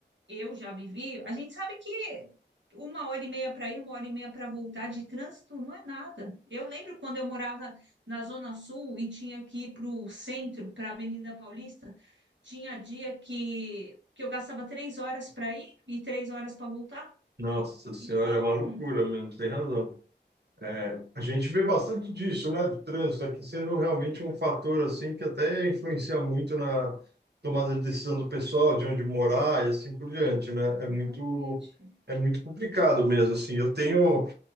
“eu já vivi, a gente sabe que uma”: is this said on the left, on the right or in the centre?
Right